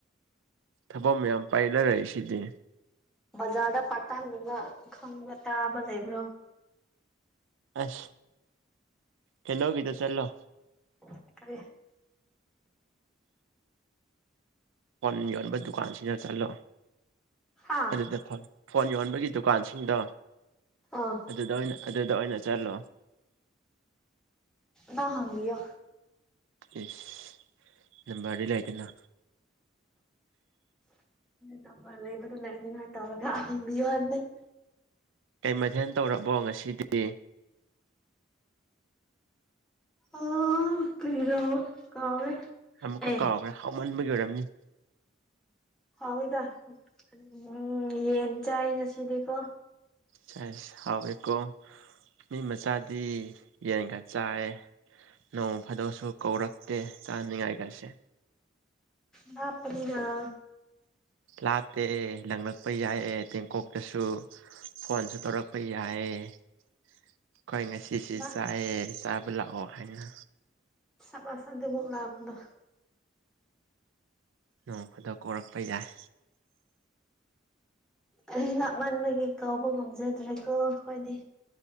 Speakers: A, on the right; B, in the centre.
A: ꯊꯕꯛ ꯃꯌꯥꯝ ꯄꯩꯂ ꯂꯩꯁꯤꯗꯤ
B: ꯕꯖꯥꯔꯗ ꯄꯥꯔꯠ ꯇꯥꯏꯝꯒꯨꯝꯕ ꯈꯪꯕ ꯇꯥꯕ ꯂꯩꯕ꯭ꯔꯣ
A: ꯑꯁ ꯀꯩꯅꫭꯒꯤꯗ ꯆꯜꯂꯣ
B: <unintelligible> ꯀꯩ
A: ꯐꯣꯟ ꯌꯣꯟꯕ ꯗꯨꯀꯥꯟꯁꯤꯅ ꯆꯠꯂꯣ
B: ꯍꯥ
A: ꯑꯗꯨꯗ ꯐꯪ ꯐꯣꯟ ꯌꯣꯟꯕꯒꯤ ꯗꯨꯀꯥꯟꯁꯤꯡꯗꯣ
B: ꯑ
A: ꯑꯗꯨꯗ ꯑꯣꯏꯅ ꯑꯗꯨꯗ ꯑꯣꯏꯅ ꯆꯠꯂꯣ
B: ꯇ ꯍꯥꯡꯕꯤꯌꯣ
A: ꯏꯁ ꯅꯝꯕꯥꯔꯗꯤ ꯂꯩꯗꯅ
B: ꯂꯝꯕꯥ ꯂꯩꯕꯗꯣ ꯂꯩꯍꯟꯅꯤꯡꯉꯥꯏ ꯇꯧꯕꯤꯌꫭ ꯍꯪꯕꯤꯌꫭ ꯍꯥꯏꯕꯅꯦ
A: ꯀꯩ ꯃꯗꯦꯜ ꯇꯧꯔꯕꯣ ꯉꯁꯤꯗꯤ
B: ꯑꯣ ꯀꯩꯔꯣ ꯀꯥꯎꯔꯦ
A: ꯑꯃꯨꯛꯀ
B: ꯑꯦ
A: ꯀꯥꯎꯒ꯭ꯔꯦ ꯍꯥꯎꯃꯟꯕꯒꯤ ꯑꯣꯏꯔꯝꯅꯤ
B: ꯍꯥꯎꯋꯦꯗ <unintelligible> ꯌꯦꯟ ꯆꯥꯏ ꯉꯁꯤꯗꯤꯀꯣ
A: ꯆꯥꯏꯁ ꯍꯥꯎꯋꯦꯀꯣ ꯃꯤ ꯃꯆꯥꯗꯤ ꯌꯦꯟꯒ ꯆꯥꯏꯑꯦ ꯅꯣꯡ ꯐꯥꯗꯣꯛꯁꯨ ꯀꯧꯔꯛꯇꯦ ꯆꯥꯅꯤꯡꯉꯥꯏꯒꯁꯦ
B: ꯂꯥꯞꯄꯅꯤꯅ
A: ꯂꯥꯠꯇꯦ ꯂꯪꯉꯛꯄ ꯌꯥꯏꯌꯦ ꯇꯦꯡꯀꯣꯛꯇꯁꯨ ꯐꯣꯟꯁꯨ ꯇꯧꯔꯛꯄ ꯌꯥꯏꯌꯦ ꯑꯩꯈꯣꯏ ꯉꯁꯤ ꯖꯤꯁꯤ
B: ꯅꯥ
A: ꯆꯥꯑꯦ ꯆꯥꯕ ꯂꯥꯛꯑꯣ ꯍꯥꯏꯅ
B: ꯁꯥꯕꯁ ꯑꯗꯨꯕꯨ ꯂꯥꯞꯕ
A: ꯅꯣꯡꯃꯗ ꯀꯣꯔꯛꯄ ꯌꯥꯏ
B: ꯑꯩ ꯂꯥꯛꯃꯟꯕꯒꯤ ꯀꯧꯕ ꯉꯝꯖꯗ꯭ꯔꯦꯀꯣ ꯑꯩꯈꯣꯏꯗꯤ